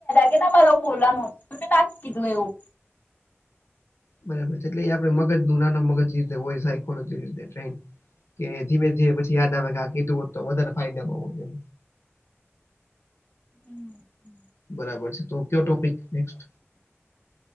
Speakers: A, on the left; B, on the left.
A: <unintelligible>
B: બરાબર છે એટલે એ આપડ મગજ નું નાના મગજ જે રીતે હોય સા <unintelligible> કે ધીમે ધી પછી યાદ આવે આ કીધું હો તો વધારે ફાયદામાં.
A: હમ હમ.
B: બરાબર છે તો કયો ટોપિક નેક્સ્ટ?